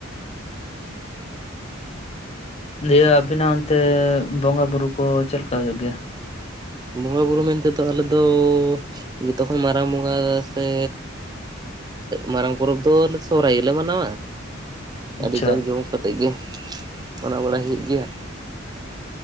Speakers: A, on the left; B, on the right.
A: ᱫᱤᱭᱮ ᱟᱵᱤᱱᱟᱜ ᱚᱱᱛᱮ ᱵᱚᱸᱜᱟ ᱵᱩᱨᱩ ᱠᱚ ᱪᱮᱫ ᱞᱮᱠᱟ ᱦᱩᱭᱩᱜ ᱜᱮᱭᱟ?
B: ᱵᱚᱸᱜᱟ ᱵᱩᱨᱩ ᱢᱮᱱᱛᱮ ᱫᱚ ᱟᱞᱮ ᱫᱚ ᱡᱚᱛᱚ ᱠᱷᱚᱱᱚᱱ ᱢᱟᱨᱟᱝ ᱵᱚᱸᱜᱟ ᱥᱮ᱾ ᱢᱟᱨᱟᱝ ᱯᱚᱨᱚᱵᱽ ᱫᱚ ᱥᱚᱦᱚᱨᱟᱭ ᱜᱮᱞᱮ ᱢᱟᱱᱟᱣᱟ᱾
A: ᱟᱪᱪᱷᱟ
B: ᱟᱹᱰᱤ ᱡᱟᱠᱡᱚᱢᱚᱠ ᱠᱟᱛᱮ ᱜᱮ ᱢᱟᱱᱟᱣ ᱵᱟᱲᱟᱭ ᱦᱩᱭᱩᱜ ᱜᱮᱭᱟ᱾